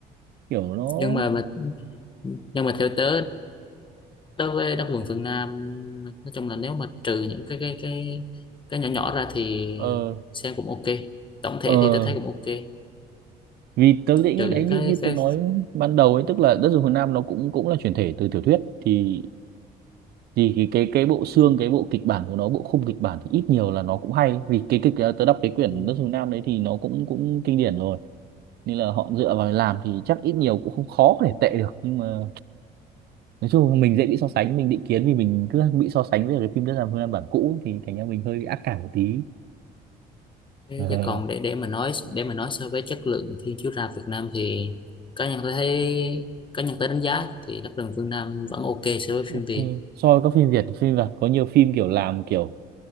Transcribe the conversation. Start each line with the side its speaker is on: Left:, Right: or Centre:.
Right: kiểu nó
Left: nhưng mà mà nhưng mà theo tớ đối với đất vườn phương Nam nói chung là nếu mà trừ những cái cái cái cái nhỏ nhỏ ra thì
Right: ờ
Left: xem cũng ok tổng thể
Right: ờ
Left: thì tôi thấy cũng ok
Right: vì tớ nghĩ
Left: trừ
Right: đấy
Left: những
Right: như
Left: cái
Right: như
Left: cái
Right: tớ nói ban đầu ấy tức là đất rừng Phương Nam nó cũng cũng là chuyển thể từ tiểu thuyết thì thì cái cái cái bộ xương cái bộ kịch bản của nó bộ khung kịch bản thì ít nhiều là nó cũng hay vì cái kịch ờ, tớ đọc cái quyển
Left: ừ,
Right: Nước Dùng Nam đấy thì nó cũng cũng kinh điển rồi nên là họ dựa vào làm thì chắc ít nhiều cũng không khó để tệ được nhưng mà nói chung là mình dễ bị so sánh mình định kiến vì mình cứ bị so sánh với cái phim Đất Làm Phương Nam bản cũ thì thành ra mình hơi bị ác cảm một tí
Left: cái
Right: Ờ,
Left: chứ còn để để mà nói để mà nói so với chất lượng phim chiếu rạp Việt Nam thì cá nhân tôi thấy cá nhân tôi đánh giá thì đất vườn phương Nam vẫn ok so với phim
Right: ok
Left: Việt
Right: so với các phim Việt phim Việt có nhiều phim kiểu làm kiểu